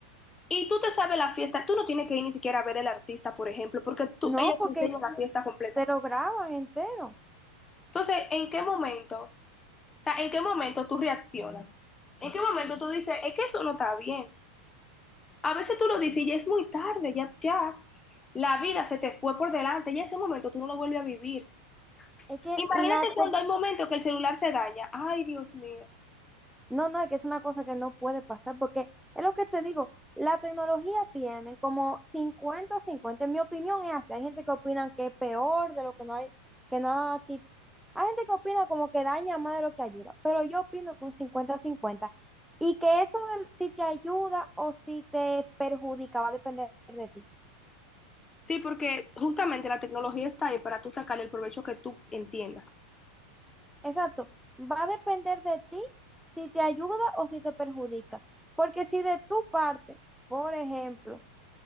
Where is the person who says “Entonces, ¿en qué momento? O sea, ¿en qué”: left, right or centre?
Left